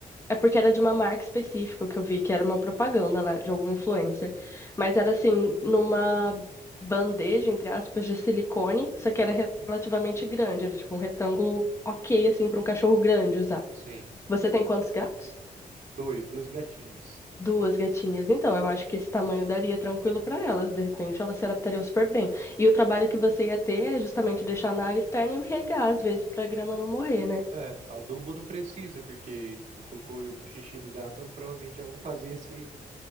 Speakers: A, on the left (about 20°); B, on the right (about 55°).
A: É porque era de uma marca específica que eu vi, que era uma propaganda lá, de algum influencer. Mas era assim, numa bandeja, entre aspas, de silicone, só que
B: Uhum.
A: era relativamente grande, era tipo um retângulo ok, assim, para um cachorro grande usar.
B: Sim.
A: Você tem quantos gatos?
B: Dois, duas gatinhas.
A: Duas gatinhas. Então, eu acho que esse tamanho daria tranquilo para elas, de repente elas se adaptariam super bem. E o trabalho que você ia ter é justamente deixar na área externa e regar, às vezes, para a grama não morrer, né?
B: É, adubo não precisa, porque o cocô e o xixi do gato provavelmente já vão fazer esse,